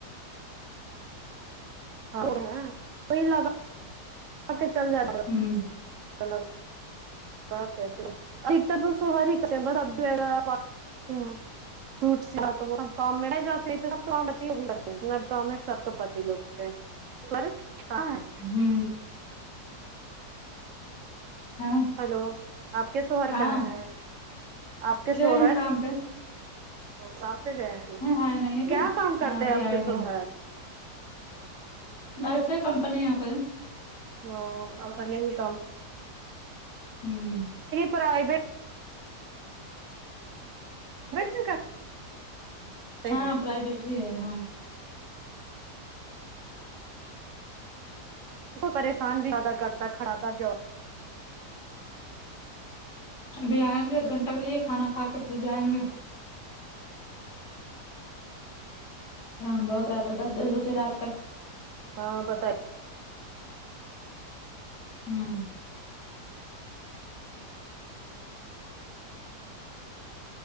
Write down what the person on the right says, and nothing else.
<inaudible> آ کے چل جائے گا
<inaudible> <inaudible> سوٹ تو وہ سب کام میں جاتے تو سب تو کر کام میں سب تو پتی لوگ <inaudible>
ہیلو آپ کے شوہر
کہاں ہے آپ کے
شوہر
وہ کام پہ گئے ہیں گیا ہیں
کیا کام کرتے
آپ کے
شوہر
<inaudible> پرویٹ
پرویٹ میں کرتے
ہیں
پریشان بھی زیادہ کرتا کھڑا تھا جواب
ہاں بتائی